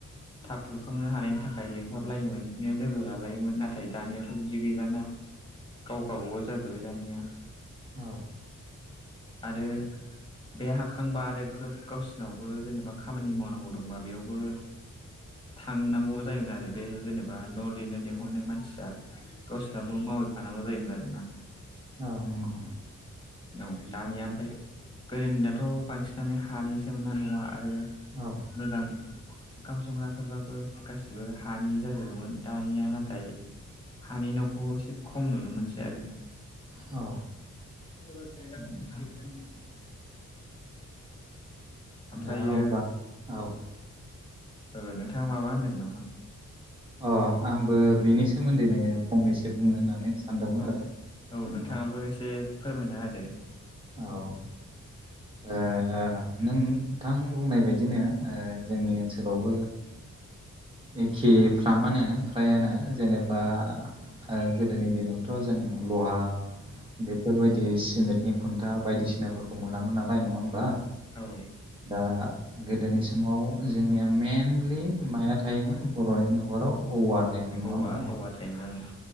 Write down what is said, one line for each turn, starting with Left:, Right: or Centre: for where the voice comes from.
Left: थाब लुखांनो हानायनि थाखाय लिंहरलायोमोन बिदिनो लोगो लालायोमोन। नाथाय दानियाथ' बिदि गैलाना। गाव गाबा गाव जाजोबबाय दानिया।
Right: औ
Left: आरो बे हाखांबा आरो ग्रोब गावसिनावबो जेनेबा खामानि मावनांगौ दंबा बेयावबो थांनांगौ जायोमोन आरो बे जेनेबा न' लिरनो लिंहरनाय मानसिया गावसोनावबो माहैफानांगौ जायोमोन आरो ना।
Right: ओं नोंगौ।
Left: औ दानिया ओमफाय गोदोनियाथ' बांसिनानो हानि सोमोनना न'आ आरो
Right: औ
Left: मोजां ओंखाम संग्राफोरबाबो गासिबो हानि जाजोबोमोन। दानिया नाथाय हानि न'खौ एसे खम नुनो मोनसै आरो ना।
Right: औ
Left: <unintelligible> ओमफ्रायो
Right: दे अ'बबा औ
Left: ओ नोंथाङा माबा होनदोंमोन नामा?
Right: अ' आंबो बेनि सोमोन्दैनो फंनैसो बुंनो होननानै सानदोंमोन
Left: औ
Right: आरो
Left: औ
Right: उम,
Left: नोंथाङाबो एसे फोरमायना होदो।
Right: औ ओ आ नोंथां बुंनाय बायदिनो ओ जोंनि ओनसोलावबो एखे फ्रामानो फ्रायानो जेनेब्ला ओ गोदोनि दिनाव थ' जों लहा बेफोरबायदि सिमेटनि खुन्था बायदिसिना फोर खौ मोनामोन नालाय नङा होमबा?
Left: औ
Right: दा गोदोनि समाव जोंनिया मेनलि माया थायोमोन बर'नि न'खराव औवा थायोमोन नङा
Left: औवा
Right: होमबा
Left: औवा थायोमोन